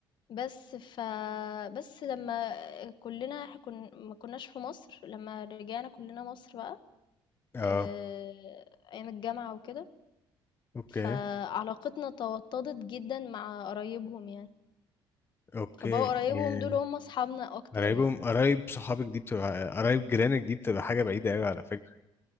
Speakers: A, on the left (about 60°); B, on the left (about 25°).
A: بس ف بس لمّا كُلّنا إح كن ما كناش في مصر، لمّا رجعنا كُلّنا مصر بقى
B: اه
A: آآ، أيام الجامعة وكده
B: اوكي
A: فعلاقتنا توطّدت جدًا مع قرايبهم يعني،
B: اوكي
A: فبقوا قرايبهم
B: ياه.
A: دول هم أصحابنا أكتر
B: قرايبهم
A: يعني،
B: قرايب صحابك دي بتبقى قرايب جيرانك دي بتبقى حاجة بعيدة قوي على فكرة